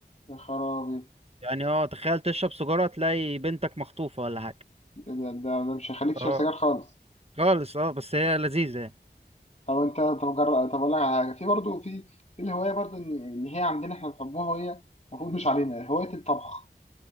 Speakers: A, on the left; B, on the right.
A: يا خرابي
B: يعني اه تخيل تشرب سجارة تلاقي بنتك مخطوفة ولا حاجة
A: إيه ده, ده, ده مش هيخليك تشرب
B: اه
A: سجاير خالص
B: خالص اه بس هي لذيذة يعني
A: طب انت طب جرب طب اقول لك على حاجة في برضه في في الهواية برضه ان إن هي عندنا احنا بنحبوها وهي المفروض مش علينا هواية الطبخ